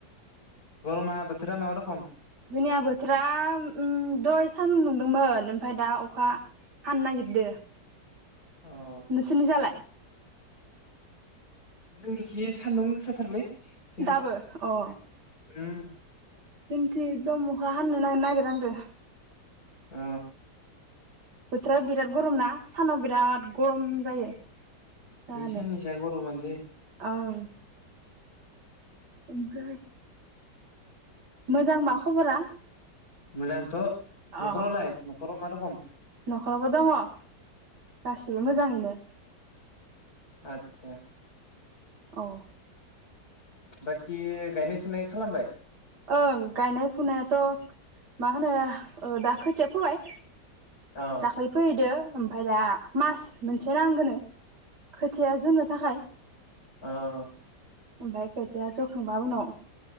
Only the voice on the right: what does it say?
जोंनिया बोथोरा दय सान नुदोंमोन ओमफ्राय दा अखा हाननो नागिरदो।
नोंसोरनि जालाय?
दाबो अ।
जोंथि एकदम अखा हामनो नायनो नागिरांदो।
बोथोरा बिराद गरम ना सानाव बिराद गरम जायो। जानो
ओं ओमफ्राय मोजां बा खबरा?
अ
नखरावबो दङ गासिबो मोजाङैनो
औ
ओं गायनाय फुनायाथ' मा होनो दा खोथिया फोबाय
दाख्लै फैहैदो ओमफ्राय दा मास मोनसे नांगोननो खोथिया जौनो थाखाय
ओमफफ्राय खोथिया जौखांबा उनाव